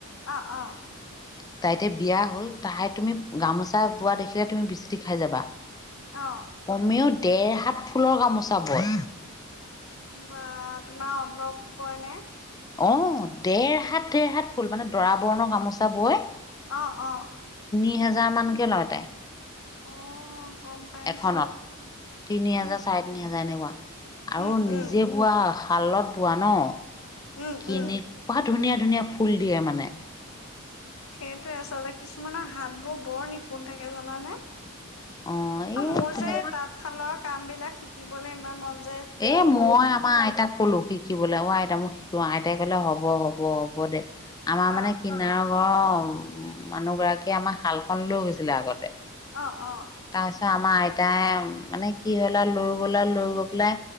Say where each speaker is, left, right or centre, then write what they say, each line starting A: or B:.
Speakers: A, on the left; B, on the left.
A: অ অ
B: তাই এতিয়া বিয়া হ'ল, তাই তুমি গামোচা বোৱা দেখিলে তুমি বিচুটি খাই যাবা,
A: অ
B: কমেও ডেৰ হাত ফুলৰ গামোচা বয়।
A: বাহ, তোমাৰ অলপ বয় নে?
B: অহ, দেৰ হাত দেৰ হাত ফুল, মানে দৰা বৰণৰ গামোচা বয়।
A: অ' অ।
B: তিনি হেজাৰ মানকে লয় তাই।
A: অ', গম পাইছোঁ।
B: এখনত তিনি হাজাৰ, চাৰে তিনি হাজাৰ এনেকুৱা, আৰু
A: উম
B: নিজে
A: উম
B: বোৱা শালত বোৱা নহ,
A: উম
B: কেনেকুৱা
A: উম
B: ধুনীয়া ধুনীয়া ফুল দিয়ে মানে।
A: সেইটোৱেই আচলতে, কিছুমানৰ হাতবোৰ বৰ নিপুন থাকে জানানে।
B: অ এই
A: অ', মোৰ
B: তেনে
A: যে তাঁতশালৰ কাম বিলাক শিকিবলে ইমান মন য
B: এ মই আমাৰ আইতাক ক'লো শিক কিবলে, অ', আইতা মোক শিকোৱা, আইতাই ক'লে হ'ব হ'ব হ'ব দে, আমাৰ
A: অ
B: মানে কিনাৰ চৰৰ উম, মানুহগৰাকীয়ে আমাৰ শালখন লৈ গৈছিলে আগতে।
A: অ অ
B: তাৰপিছত আমাৰ আইতাই মানে কি হ'ল আৰু লৈ গ'ল আৰু লৈ গৈ পেলাই